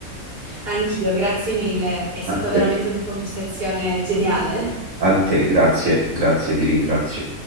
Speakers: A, on the right; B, on the right.
A: Anch'io, grazie mille, è stata
B: A
A: veramente
B: te,
A: una conversazione geniale.
B: a te, grazie, grazie, ti ringrazio.